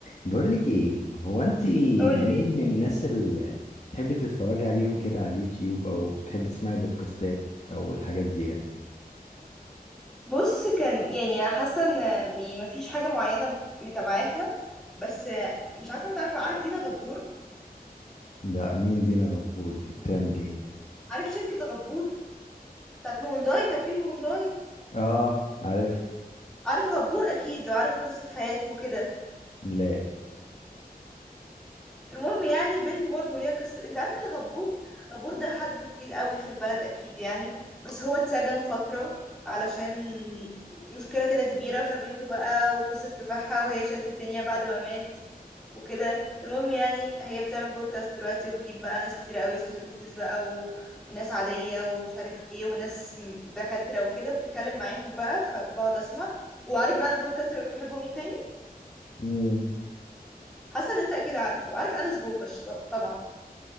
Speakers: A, on the left (about 45°); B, in the centre.
A: بقولك ايه هو انت
B: قولي
A: مين من الناس اللي بتحبي تتفرجي عليهم كده على اليوتيوب او بتحبي تسمعي بودكاستات او الحاجات دي يعني
B: بص كان يعني حاسه ان يعني مفيش حاجه معينه متابعاها بس مش عارفه انت عارفه عارف دينا غبور
A: لا مين دينا غبور دي بتعمل ايه
B: عارف شركه غبور بتاعت هونداي توكيل هونداي
A: اه عارف
B: عارف غبور اكيد وعارف قصه حياته وكده
A: لا
B: المهم يعني بنته برضه ليها قصه انت عارف ان غبور غبور ده حد تقيل قوي في البلد اكيد يعني بس هو اتسجن فتره علشان مشكله كده كبيره فبنته بقى وقصه كفاحها وهي شالت الدنيا بعد ما مات وكده المهم يعني هي بتعمل بودكاست دلوقتي وبتجيب بقى ناس كتير قوي سليبرتيز بقى و... وناس عادية ومش عارف ايه وناس م- دكاترة وكده بتتكلم معاهم بقى فبقعد اسمع وعارف بقى البودكاست اللي بحبه مين تاني
A: مين
B: حسن انت اكيد عارفه عارف انس بوخش طب- طبعا